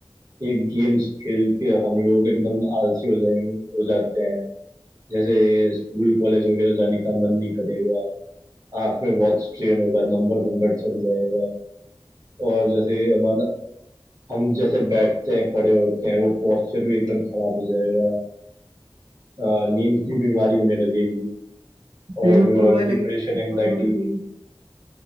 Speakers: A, on the right (about 40°); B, on the right (about 80°).
A: ये गेम्स खेल के हम लोग एकदम आलसी हो जाएंगे हो जाते हैं जैसे स्कूल कॉलेज वगैरह जाने का मन नहीं करेगा आंख में बहुत स्ट्रेन होगा नंबर नंबर चल जाएगा और जैसे हमारा हम जैसे बैठते हैं खड़े होते हैं वो पोस्चर भी एकदम खराब हो जाएगा अ, नींद की बीमारी होने लगेगी और
B: बिल्कुल भाई
A: डिप्रेशन
B: लगेगी
A: एंजाइटी
B: बिल्कुल लगेगी